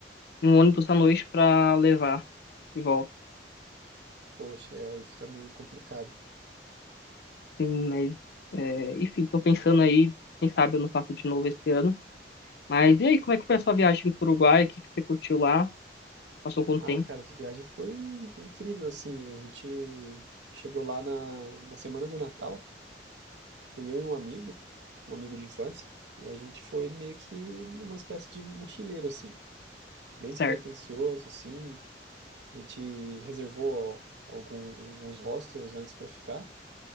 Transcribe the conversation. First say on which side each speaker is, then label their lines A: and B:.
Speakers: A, on the left (about 60°); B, on the right (about 80°).
A: e um ônibus à noite para levar de volta.
B: Poxa, é, aí fica meio complicado.
A: Sim, mas eh, enfim, tô pensando aí, quem sabe eu não faço de novo esse ano. Mas e aí, como é que foi a sua viagem pro Uruguai? O que que você curtiu lá? Passou quanto
B: Ah,
A: tempo?
B: cara, a viagem foi incrível, assim, a gente chegou lá na, na semana do Natal, fui eu e um amigo, um amigo de infância, e a gente foi meio que numa espécie de mochileiro, assim, bem despretensioso,
A: Certo,
B: assim, a gente reservou algum- alguns hostels antes pra ficar,